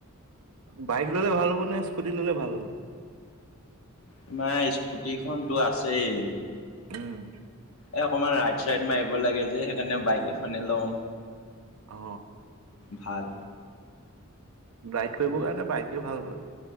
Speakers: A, on the right; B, on the left.
A: বাইক ললে ভাল হ'ব নে স্কুটি ললে ভাল হ'ব?
B: তোমাৰ স্কুটি খনতো আছেই!
A: উম।
B: এ অকণমান ৰাইট চাইড মাৰিব লাগে যে সেইকাৰণে বাইক এখনে লওঁ।
A: অ।
B: ভাল।
A: ৰাইড কৰিবৰ কাৰণে বাইকে ভাল বাৰু।